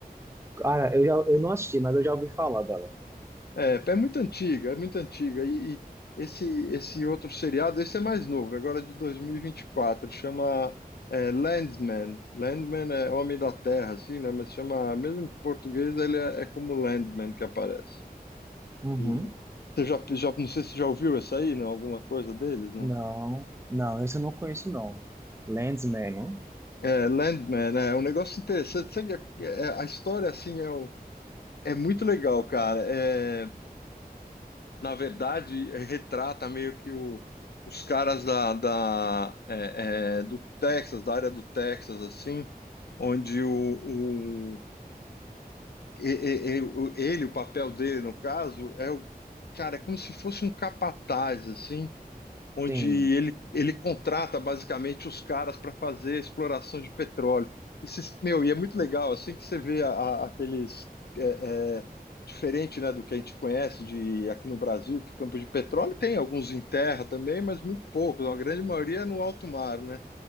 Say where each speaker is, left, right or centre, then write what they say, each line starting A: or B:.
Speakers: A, on the right (about 15°); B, on the left (about 80°).
A: Cara, eu já eu não assisti, mas eu já ouvi falar dela.
B: É, é muito antiga, é muito antiga. E, e esse, esse outro seriado, esse é mais novo, agora é de 2024, chama é, Landman. Landman é Homem da Terra, assim, né? Mas chama, mesmo em português, ele é, é como Landman que aparece.
A: Uhum.
B: E você já, já, não sei se já ouviu essa aí, não? Alguma coisa deles, não?
A: Não, não, esse eu não conheço, não. Landsman, não?
B: É, Landman, é um negócio interessante. Sabe, é- é- a história, assim, é, um- é muito legal, cara. É, na verdade, eh, retrata meio que o- os caras da, da, é, é, do Texas, da área do Texas, assim, onde o, o- e- e- e- o- ele, o papel dele, no caso, é o, cara, é como se fosse um capataz, assim, onde
A: Sim,
B: ele, ele contrata basicamente os caras para fazer exploração de petróleo. Esses, meu, e é muito legal, assim que você vê a- a- aqueles. é, é, diferente, né, do que a gente conhece de aqui no Brasil, que campo de petróleo tem alguns em terra também, mas muito poucos, a grande maioria é no alto mar, né?